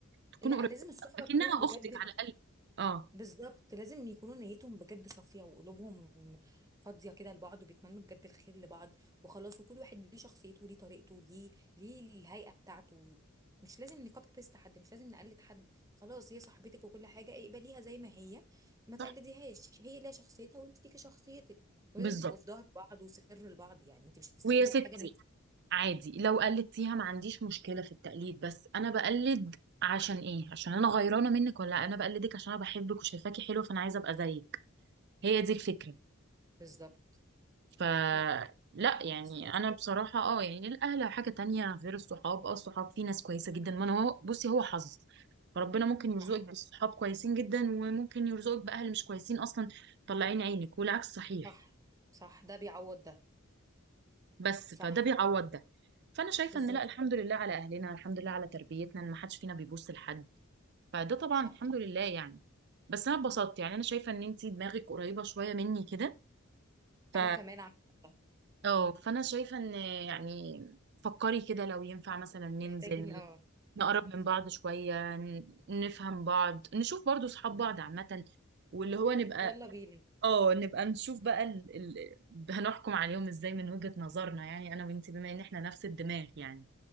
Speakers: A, on the right; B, on the right.
A: تكون
B: لا
A: قريبه
B: لازم الصحبه
A: اكنها
B: تكون بجد
A: اختك على الاقل اه
B: بالظبط لازم يكونوا نيتهم بجد صافية وقلوبهم فاضية كده لبعض وبيتمنوا بجد الخير لبعض وخلاص وكل واحد ليه شخصيته وليه طريقته وليه ليه الهيئة بتاعته مش لازم نكوبي بيست حد مش لازم نقلد حد خلاص هي صاحبتك وكل حاجة اقبليها زي ما هي ما تقلديهاش
A: صح
B: هي ليها شخصيتها وانت ليكي شخصيتك ولازم
A: بالظبط
B: تبقوا في ظهر بعض وسر لبعض يعني انت مش هتستفادي
A: ويا ستي
B: بحاجة ان انت
A: عادي لو قلدتيها ما عنديش مشكله في التقليد بس انا بقلد عشان ايه عشان انا غيرانه منك ولا انا بقلدك عشان انا بحبك وشايفاكي حلوه فانا عايزه ابقى زيك هي دي الفكره
B: بالظبط
A: فلا
B: لا
A: يعني
B: بس-
A: انا بصراحه اه يعني الاهل حاجه تانية غير الصحاب اه الصحاب في ناس كويسه جدا ما أنا هو بصي هو حظ فربنا ممكن يرزقك
B: صح
A: بالصحاب كويسين جدا وممكن يرزقك باهل مش كويسين اصلا طلعين عينك والعكس صحيح
B: صح صح ده بيعوض ده
A: بس
B: صح
A: فده بيعوض ده فانا شايفه
B: بالظبط
A: ان لا الحمد لله على اهلنا الحمد لله على تربيتنا ان ما حدش فينا بيبص لحد فده طبعا
B: صح
A: الحمد لله يعني بس انا اتبسطت يعني انا شايفه ان انتي دماغك قريبه شويه مني كده ف
B: انا كمان عارفة
A: اه فانا شايفه ان يعني فكري كده لو ينفع مثلا ننزل
B: محتاجين اه
A: نقرب من بعض شويه ن- نفهم بعض نشوف برضو صحاب بعض عامه واللي هو نبقى
B: يلا بينا
A: اه نبقى نشوف بقى ال... ال... هنحكم عليهم ازاي من وجهه نظرنا يعني انا وانتي بما ان احنا نفس الدماغ يعني